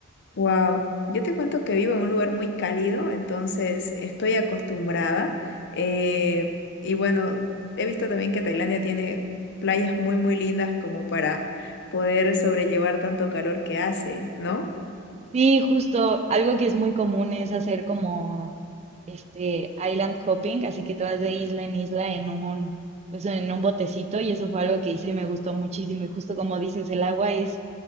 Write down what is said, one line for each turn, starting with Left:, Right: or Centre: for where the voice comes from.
Left: Wow, yo te cuento que vivo en un lugar muy cálido, entonces estoy acostumbrada. eh, y bueno, he visto también que Tailandia tiene playas muy, muy lindas como para poder sobrellevar tanto calor que hace, ¿no?
Right: Sí, justo, algo que es muy común es hacer como este island hopping, así que te vas de isla en isla en un, pues en un botecito y eso fue algo que hice y me gustó muchísimo. Y justo como dices, el agua es